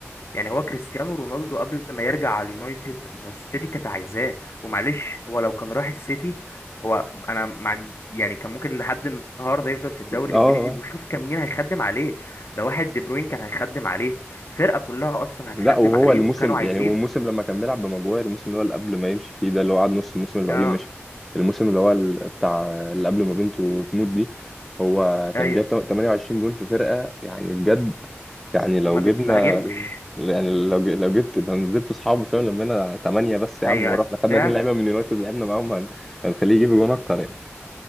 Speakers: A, on the left; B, in the centre.
A: يعني هو كريستيانو رونالدو قبل ما يرجع على اليونايتد ما هو السيتي كانت عايزاه ومعلش هو لو كان راح السيتي هو انا ما عند- يعني كان ممكن لحد النهارده يفضل في الدوري
B: اه
A: الانجليزي
B: آه.
A: وشوف كان مين هيخدم عليه ده واحد دي بروين كان هيخدم عليه الفرقه كلها اصلا هتخدم
B: لا وهو
A: عليه
B: الموسم
A: وكانوا عايزينه
B: يعني هو الموسم لما كان بيلعب بمجموعه الموسم اللي هو اللي قبل ما يمشي فيه ده اللي هو قعد نص الموسم اللي بعديه
A: اه
B: ومشي الموسم اللي هو ال- بتاع اللي قبل ما بنته تموت دي هو
A: ايوه
B: كان جايب 28 جون في فرقه يعني بجد يعني لو
A: ما بتهاجمش
B: جبنا يعني لو ج- لو جبت لو نزلت اصحابه شويه لما ثمانيه بس يا
A: هي
B: عم ورحنا خدنا
A: فعلا
B: اتنين لعيبه من يونايتد لعبنا معاهم هن- هنخليه يجيب جون اكتر يعني